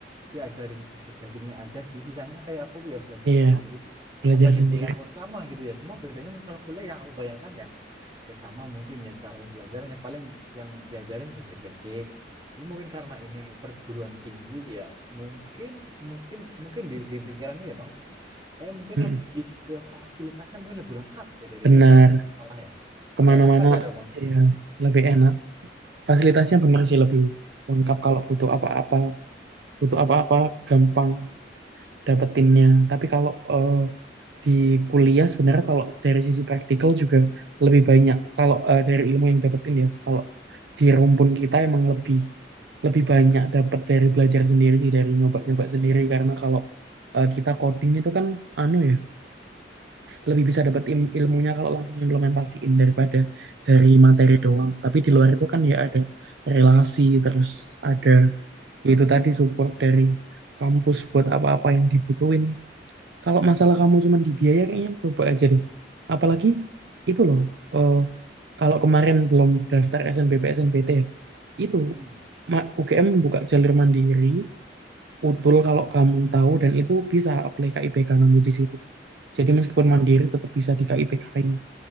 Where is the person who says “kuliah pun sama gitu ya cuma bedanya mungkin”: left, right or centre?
Right